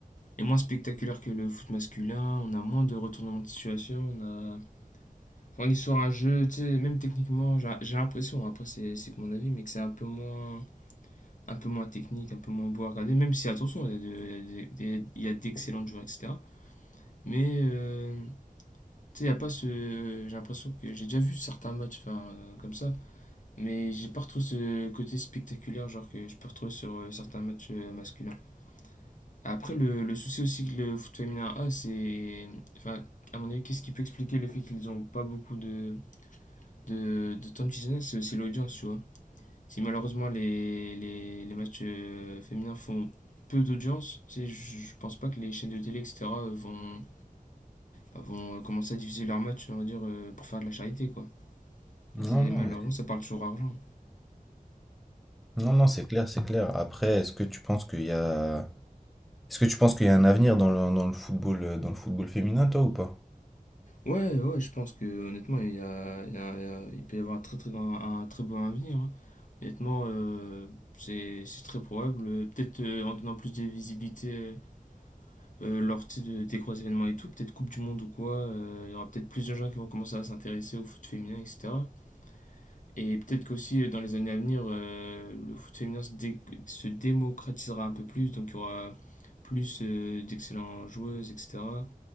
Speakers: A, on the left; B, in the centre.
A: est moins spectaculaire que le foot masculin. On a moins de retournements de situation. On a enfin, on est sur un jeu, tu sais, même techniquement, j'ai j'ai l'impression. Après, c'est c'est que mon avis, mais que c'est un peu moins un peu moins technique, un peu moins beau à regarder. Même si attention, il y a de- il y a des- il y a d'excellents joueurs, etc. Mais euh, tu sais, il y a pas ce. J'ai l'impression que j'ai déjà vu certains matchs, enfin, euh, comme ça Mais j'ai pas retrouvé ce côté spectaculaire, genre que je peux retrouver sur euh, certains matchs euh, masculins. Après, le, le souci aussi que le foot féminin a, c'est. Enfin, à mon avis, qu'est-ce qui peut expliquer le fait qu'ils n'ont pas beaucoup de, de, de temps de visionnage C'est aussi l'audience, tu vois. Si malheureusement les, les, les matchs euh, féminins font peu d'audience, tu sais, je je pense pas que les chaînes de télé, etc., vont, bah, vont commencer à diffuser leurs matchs, on va dire, euh, pour faire de la charité, quoi. C'est-
B: Non,
A: Malheureusement,
B: non, ouais.
A: ça parle toujours argent.
B: Non, non, c'est clair, c'est clair. Après, est-ce que tu penses qu'il y a... Est-ce que tu penses qu'il y a un avenir dans le, dans le football, euh, dans le football féminin, toi, ou pas?
A: Ouais, ouais, je pense que honnêtement, il y a, il y a- il y a- il peut y avoir un très, très grand, un très beau avenir. hein. Honnêtement, euh, c'est c'est très probable. Euh, Peut-être euh, en donnant plus de visibilité euh, euh, lors tu sais, de, des gros événements et tout, peut-être Coupe du Monde ou quoi, euh, il y aura peut-être plus de gens qui vont commencer à s'intéresser au foot féminin, etc. Et peut-être qu'aussi euh, dans les années à venir, euh, le foot féminin se, dé- se démocratisera un peu plus, donc il y aura plus euh, d'excellentes joueuses, etc.